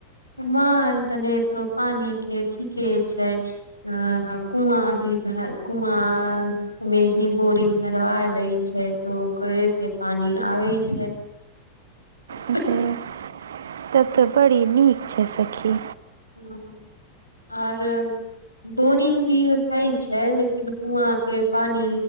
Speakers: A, on the left; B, on the right.
A: माल त नहि तो पानी के ठीके छै अ कुआँ भी भेल कुआॅ तमे ही बोरिंग करबा दै छै त कइ रीे पानि आबै छै <inaudible>
B: अच्छे तब तऽ बड़ी नीक छै सखि
A: ह आर <unintelligible> बोरिंग भी हइ छै लेकिन कुआँ के पानी